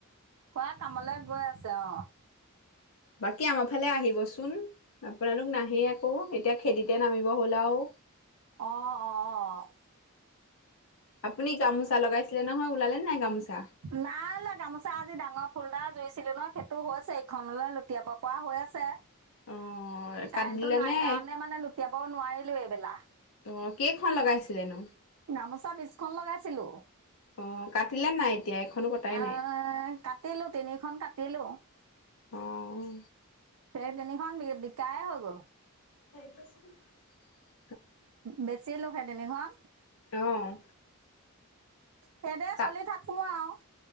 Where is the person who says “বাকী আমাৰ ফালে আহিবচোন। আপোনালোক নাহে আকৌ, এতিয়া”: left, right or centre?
Left